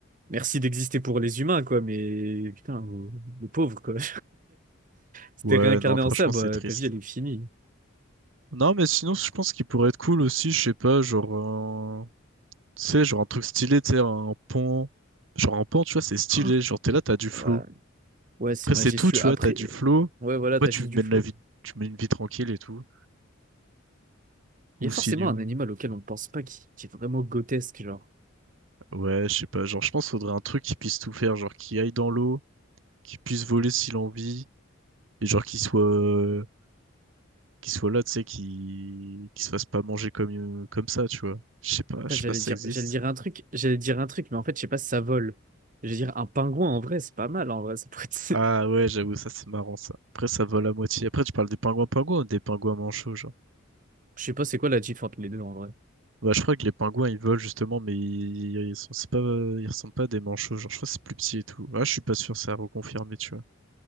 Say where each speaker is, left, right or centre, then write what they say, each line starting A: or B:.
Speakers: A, on the right; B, on the right.
A: merci d'exister pour les humains, quoi, mais putain, euh, les pauvres, quoi. <laughs> Si
B: Ouais,
A: t'es réincarné
B: non, franchement,
A: en ça, bah,
B: c'est triste.
A: ta vie, elle est finie.
B: Non, mais sinon, je pense qu'il pourrait être cool aussi, je sais pas, genre, un- tu sais, genre un truc stylé, tu sais, un pont. Genre un pont, tu vois, c'est stylé.
A: Oh,
B: Genre, t'es là, t'as du flow.
A: ouais. Ouais, c'est
B: Après,
A: majestueux.
B: c'est tout, tu vois,
A: Après,
B: t'as du flow.
A: ouais, voilà,
B: Après,
A: t'as
B: tu
A: juste
B: mènes
A: du flow.
B: la vie, tu mènes une vie tranquille et tout. Ou
A: Il y a
B: sinon,
A: forcément un animal auquel on ne pense pas qui, qui est vraiment grotesque, genre.
B: ouais, je sais pas, genre, je pense qu'il faudrait un truc qui puisse tout faire, genre, qui aille dans l'eau, qui puisse voler s'il en vit, et genre, qui soit, euh, qui soit là, tu sais, qui, qui se fasse pas manger comme, euh, comme ça, tu vois. Je sais pas, je
A: Ça,
B: sais
A: j'allais
B: pas si
A: dire,
B: ça existe.
A: j'allais dire un truc, j'allais dire un truc, mais en fait, je sais pas si ça vole. J'allais dire un pingouin, en vrai, c'est pas mal, en vrai. ça pourrait être-
B: Ah
A: <laughs>
B: ouais, j'avoue, ça c'est marrant ça. Après, ça vole à moitié. Après, tu parles des pingouins pingouins ou des pingouins manchots, genre.
A: Je sais pas c'est quoi la diff entre les deux, en vrai.
B: Bah, je crois que les pingouins ils volent justement, mais ils, ils sont, c'est pas, ils ressemblent pas à des manchots, genre. Je crois que c'est plus petit et tout. Ah, je suis pas sûr, c'est à reconfirmer, tu vois.